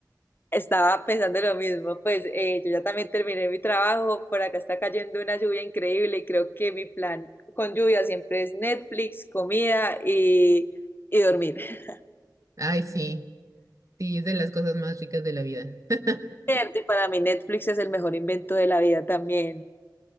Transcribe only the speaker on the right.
Ay, sí, sí, es de las cosas más ricas de la vida. <laughs>